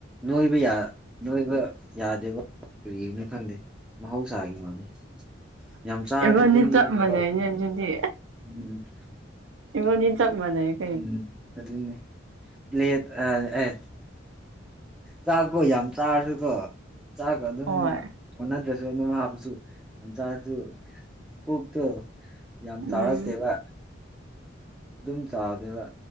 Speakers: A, in the centre; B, on the right.
A: ꯅꯣꯏꯕ ꯌꯥ ꯅꯣꯏꯕ ꯌꯥꯗꯦꯕ ꯀꯔꯤꯒꯤꯅꯣ ꯈꯪꯗꯦ ꯃꯍꯧꯁꯥꯒꯤ ꯃꯥꯜꯂꯦ ꯫ ꯌꯥꯝ ꯆꯥꯔꯖꯨ
B: ꯏꯕꯥꯅꯤ
A: ꯗꯨꯝ ꯅꯣꯏꯗꯦꯕ
B: ꯆꯞ ꯃꯥꯟꯅꯩꯅꯦ ꯑꯗꯨꯗꯤ
A: ꯎꯝ꯫
B: ꯏꯕꯥꯅꯤ ꯆꯞ ꯃꯥꯟꯅꯩ ꯫
A: ꯎꯝ ꯑꯗꯨꯅꯦ ꯂꯦꯠ ꯑ ꯑꯩ ꯆꯥꯛꯒꯣ ꯌꯥꯝ ꯆꯥꯔꯁꯨꯀꯣ ꯆꯥꯛꯀ ꯑꯗꯨꯝ
B: ꯍꯣꯏ
A: ꯑꯣꯟꯅꯗ꯭ꯔꯁꯨ ꯑꯗꯨꯝ ꯍꯥꯞꯄꯁꯨ ꯌꯥꯝ ꯆꯥꯔꯖꯨ ꯄꯨꯛꯇꯣ ꯌꯥꯝ ꯆꯥꯎꯔꯛꯇꯦꯕ꯫
B: ꯎꯝ
A: ꯑꯗꯨꯝ ꯆꯥꯎꯗꯦꯕ